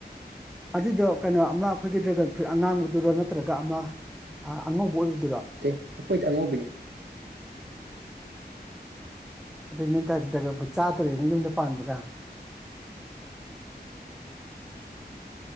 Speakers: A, in the centre; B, on the right (about 85°).
A: ꯑꯗꯨꯗꯣ ꯀꯩꯅꯣ ꯑꯃ ꯑꯩꯈꯣꯏꯒꯤ ꯗ꯭ꯔꯦꯒꯟ ꯐ꯭ꯔꯨꯏꯠ ꯑꯉꯥꯡꯕꯗꯨꯔꯣ ꯅꯠꯇ꯭ꯔꯒ ꯑꯃ ꯑꯉꯧꯕ ꯑꯣꯏꯕ
B: ꯑꯦ ꯑꯩꯈꯣꯏꯗꯤ ꯑꯉꯧꯕꯤꯅꯦ
A: ꯑꯗꯨꯗꯩ ꯅꯣꯏ ꯗ꯭ꯔꯒꯨꯠ ꯆꯥꯗꯣꯔꯦ ꯅꯪ ꯌꯨꯝꯗ ꯄꯥꯟꯕꯒ
B: <unintelligible>